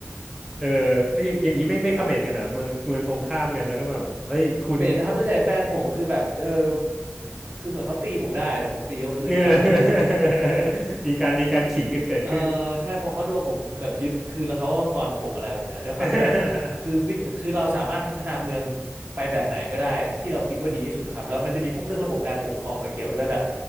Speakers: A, in the centre; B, on the right.
A: เออแล้วอย่างอย่างนี้ไม่ไม่คอมเมนต์กันเหรอเมืองเมืองตรงข้ามกันแล้วก็แบบเฮ้ยคุณ
B: ครับเหม็นนะครับส่วนใหญ่แฟนผมคือแบบเออ
A: <laughs>
B: คือเหมือนเขาตีผมได้แต่ผมตีเขาคืนไม่ได้อะไร
A: เออ <laughs> มีการมีการขิงกันเกิดขึ้น
B: เออใช่พอเขาโดนผมแบบยึดคือแล้วเขาก็งอนผมอะไรแบบเนี้ยด้วยความที่แบบคือวิธคือเราสามารถพัฒนาเมือง
A: <laughs>
B: ไปแบบไหนก็ได้ที่เราคิดว่าดีที่สุดนะครับแล้วมันจะมีพวกเรื่องระบบการปกครองมาเกี่ยวด้วยแบบ